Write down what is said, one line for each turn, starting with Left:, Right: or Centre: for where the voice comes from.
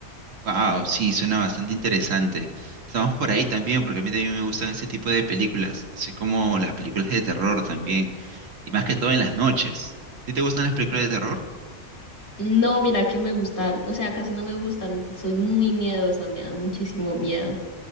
Right: Wow, sí, suena bastante interesante. Estamos por ahí también, porque a mí también me gustan ese tipo de películas, así como las películas de terror también, y más que todo en las noches. ¿Sí te gustan las películas de terror?
Left: No, mira que me gustan, o sea, casi no me gustan, soy muy miedosa, me dan muchísimo miedo.